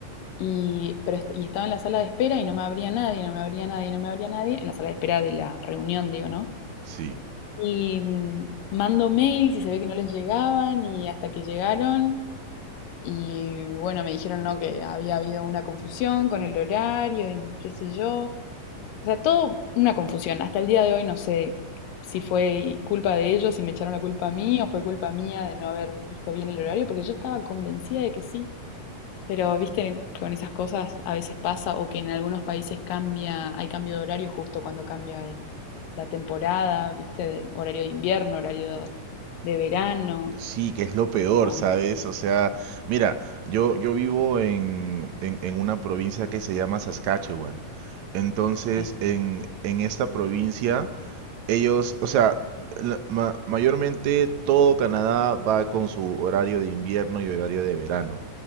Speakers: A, on the left (about 80°); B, on the right (about 70°).
A: y, pero est- y estaba en la sala de espera y no me abría nadie, no me abría nadie, no me abría nadie, en la sala de espera de la reunión, digo, ¿no?
B: Sí.
A: Y mm, mando mails y se ve que no les llegaban y hasta que llegaron y bueno, me dijeron, no, que había habido una confusión con el horario y qué sé yo. O sea, todo una confusión. Hasta el día de hoy no sé si fue culpa de ellos, si me echaron la culpa a mí o fue culpa mía de no haber visto bien el horario, porque yo estaba convencida de que sí. Pero, viste, con esas cosas a veces pasa o que en algunos países cambia, hay cambio de horario justo cuando cambia el, la temporada, viste, de horario de invierno, horario de verano.
B: Sí, que es lo peor,
A: Bueno,
B: ¿sabes? O sea, mira, yo, yo vivo en, en, en una provincia que se llama Saskatchewan. Entonces,
A: sí.
B: en, en esta provincia ellos, o sea, la- ma- mayormente todo Canadá va con su horario de invierno y horario de verano.